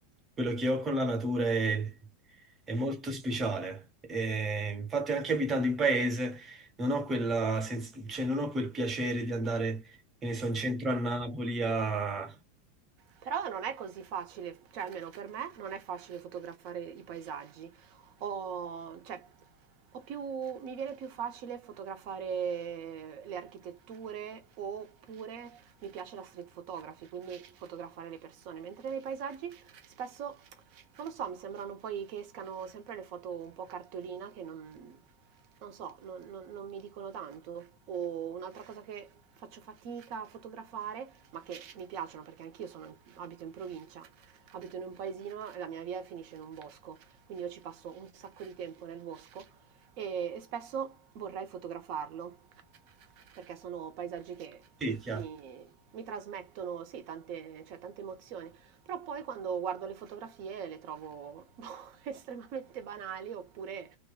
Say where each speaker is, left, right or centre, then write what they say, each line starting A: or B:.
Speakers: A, on the right; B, on the right.
A: quello che ho con la natura è, è molto speciale E infatti anche abitando in paese non ho quella sens- cioè, non ho quel piacere di andare, che ne so, in centro a Napoli a
B: Però non è così facile, cioè almeno per me non è facile fotografare i paesaggi. ho, cioè, ho più, mi viene più facile fotografare le architetture oppure mi piace la street photography, quindi fotografare le persone, mentre nei paesaggi spesso, non lo so, mi sembrano poi che escano sempre le foto un po' cartolina che non, non so, non, non- non mi dicono tanto. O un'altra cosa che faccio fatica a fotografare, ma che mi piacciono perché anch'io sono in- abito in provincia, abito in un paesino e la mia via finisce in un bosco quindi io ci passo un sacco di tempo nel bosco e, e spesso vorrei fotografarlo perché sono paesaggi che
A: Tecchia.
B: mi, mi trasmettono sì, tante, cioè, tante emozioni, però poi quando guardo le fotografie le trovo <laughs> boh, estremamente banali oppure,